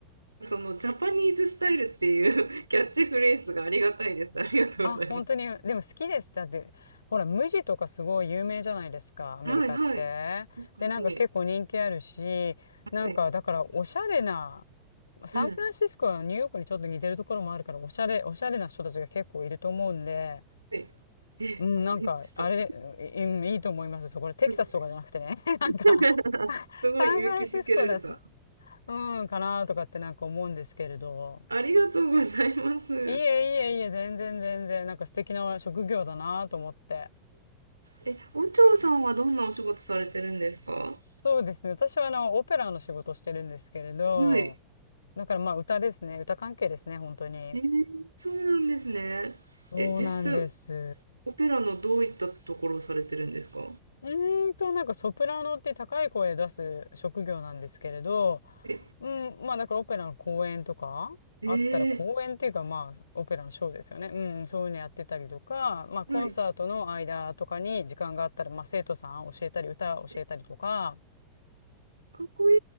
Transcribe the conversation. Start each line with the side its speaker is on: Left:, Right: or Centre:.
Right: そのジャパニーズスタイルっていう <laughs> キャッチフレーズがありがたいです。ありがとうございます。
Left: あ、本当に、でも好きですだって、ほら、無地とかすごい有名じゃないですか、アメリカって。
Right: はいはい。確かに。
Left: で、なんか結構人気あるし、なんかだからおしゃれな、
Right: はい。
Left: サンフランシスコはニューヨークにちょっと似てるところもあるから、
Right: うん。
Left: おしゃれ、おしゃれな人たちが結構いると思うんで、
Right: はい。え、
Left: うん、
Right: わかりました。
Left: なんか、あれ、うん、いいと思います。そう、これテキサスとかじゃなくてね。
Right: すごい。
Left: <laughs> なんか、
Right: <laughs>
Left: サ、
Right: すごい勇気づけられた。
Left: サンフランシスコだった、うん、かなとかってなんか思うんですけれど。
Right: ありがとうございます。
Left: いえいえいえ、全然全然、なんか素敵な職業だなと思って。
Right: え、お嬢さんはどんなお仕事されてるんですか
Left: そうですね。私はあの、オペラの仕事をしてるんですけれど、
Right: はい。
Left: だからまあ、歌ですね。歌関係ですね、本当に。
Right: えー、そうなんですね。
Left: そうなんです。
Right: え、実際、オペラのどういったところをされてるんですか
Left: うーんと、なんかソプラノって高い声出す職業なんですけれど、
Right: え、
Left: うん、まあだからオペラの公演とかあったら公演っていうかまあオペラのショーですよね。
Right: えー、
Left: うん、そういうのやってたりとか、まあコンサートの間とかに時間があったら、
Right: はい。
Left: まあ生徒さん教えたり歌教えたりとか、
Right: え、かっこい